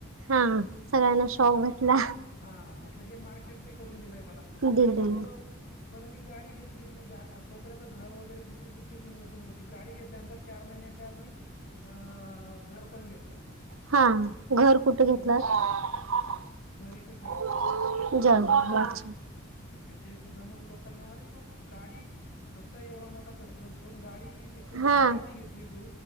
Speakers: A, on the right; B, on the left.
A: हा
B: हं
A: सगळ्यांना शॉक
B: हा
A: बसला.
B: हा म्हटलं हे मार्केटने करून दिलंय मला
A: दिले
B: आणि मी बर बरं मी गाडी घेतली आणि गा आता तोपर्यंत घर वगैरे दुसरी कुठलीच इन्वेस्टमेंट नव्हती गाडी घेतल्यानंतर चार महिन्याच्या आत मी आ घर पण घेतलं.
A: हा घर कुठ घेतलात?
B: मग घर इथंच
A: <unintelligible>
B: हा मग ते ते सुद्धा मग लोकांना अरे बाप! ह्याचा गाडीचा एवढा मोठा खर्च असतोण गाडी एक तर
A: हा
B: गाडी आधी घेतली तू